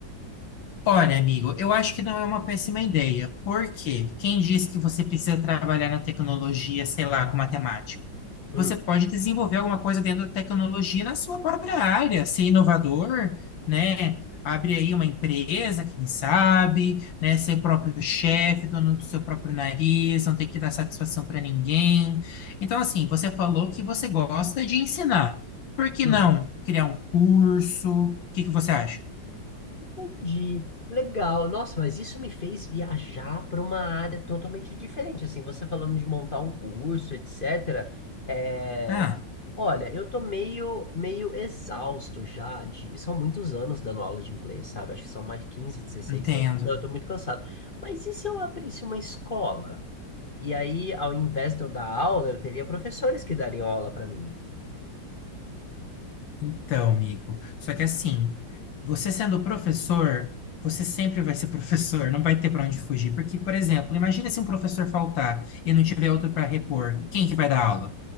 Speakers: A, on the left; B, on the left.
A: Olha, amigo, eu acho que não é uma péssima ideia. Por quê? Quem diz que você precisa trabalhar na tecnologia, sei lá, com matemática?
B: Hum,
A: Você pode desenvolver alguma coisa dentro da tecnologia na sua própria área, ser inovador, né? Abre aí uma empresa, quem sabe, né? Ser próprio chefe, dono do seu próprio nariz, não ter que dar satisfação para ninguém. Então, assim, você falou que você gosta de ensinar. Por que
B: hum.
A: não criar um curso? O que que você acha?
B: Entendi. Legal. Nossa, mas isso me fez viajar para uma área totalmente diferente. Assim, você falando de montar um curso, etc. É...
A: Ah,
B: Olha, eu tô meio, meio exausto já de... São muitos anos dando aula de inglês, sabe? Acho que são mais quinze dezesseis
A: entendo.
B: anos. Então, eu tô muito cansado. Mas e se eu abrisse uma escola? E aí, ao invés de eu dar aula, eu teria professores que dariam aula para mim.
A: Então, amigo, só que assim, você sendo professor, você sempre vai ser <laughs> professor, não vai ter para onde fugir. Porque, por exemplo, imagina se um professor faltar e não tiver outro para repor, quem que vai dar aula?